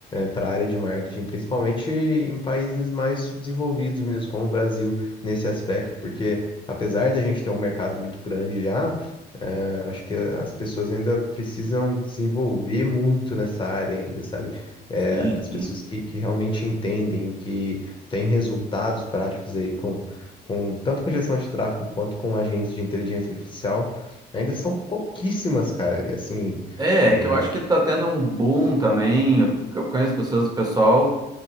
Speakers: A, on the left; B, on the right.
A: para a área de marketing, principalmente em países mais subdesenvolvidos mesmo, como o Brasil, nesse aspecto, porque apesar da gente ter um mercado muito grande já, eh, acho que as pessoas ainda precisam desenvolver muito nessa área ainda, sabe? é,
B: sim,
A: as pessoas
B: sim.
A: que, que realmente entendem, que têm resultados práticos aí com, com tanto com gestão de tráfego quanto com agentes de inteligência artificial, ainda são pouquíssimas, cara. Assim,
B: É,
A: a
B: é que
A: gente-
B: eu acho que tá tendo um boom também. Eu eu conheço pessoas, o pessoal